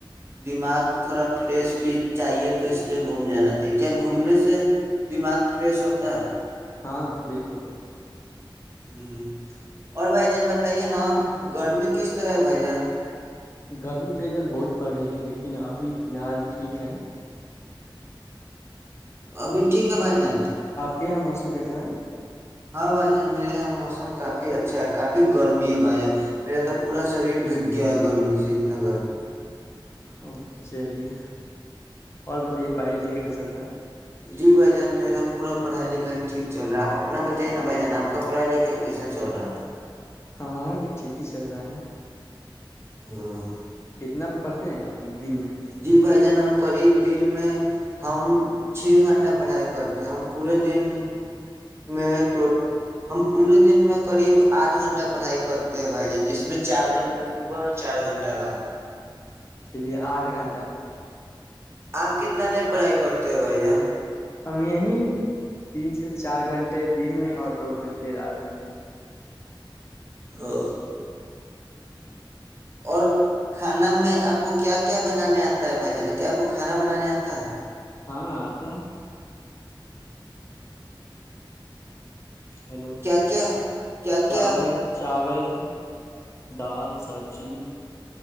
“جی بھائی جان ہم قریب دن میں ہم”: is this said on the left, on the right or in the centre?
Right